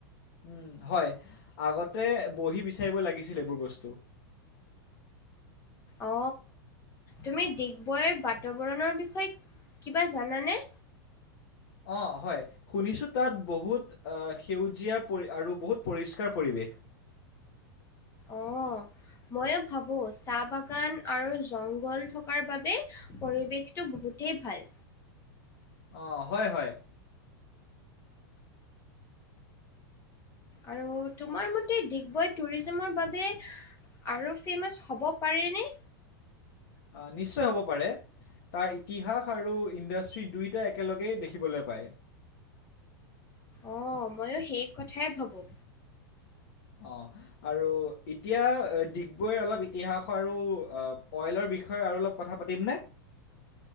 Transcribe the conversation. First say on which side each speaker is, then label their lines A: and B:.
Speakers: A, on the left; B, on the left.
A: উ, হয় আগতে বহি বিচাৰিব লাগিছিল, এইবোৰ বস্তু।
B: অ, তুমি ডিগবৈ বাতাবৰণৰ বিষয়ে কিবা জানানে?
A: অ, হয়। শুনিছো, তাত বহুত সেউজীয়া পৰি, আৰু বহুত পৰিষ্কাৰ পৰিৱেশ।
B: অ, ময়ো ভাবো চাহ বাগান আৰু জংঘল থকাৰ বাবেই পৰিৱেশটো বহুতেই ভাল।
A: অ, হয় হয়।
B: আৰু তোমাৰ মতে ডিগবৈ টুৰিজমৰ বাবে আৰু ফেমাছ হ'ব পাৰেনে।
A: অ, নিশ্চয় হ'ব পাৰে। তাৰ ইতিহাস আৰু ইণ্ডাষ্ট্ৰি দুয়োটা একেলগেই দেখিবলৈ পায়।
B: অ, ময়ো সেই কথাই ভাবোঁ।
A: অ, আৰু এতিয়া ডিগবৈৰ অলপ ইতিহাস আৰু অইলৰ বিষয়ে আৰু অলপ কথা পাতিমনে?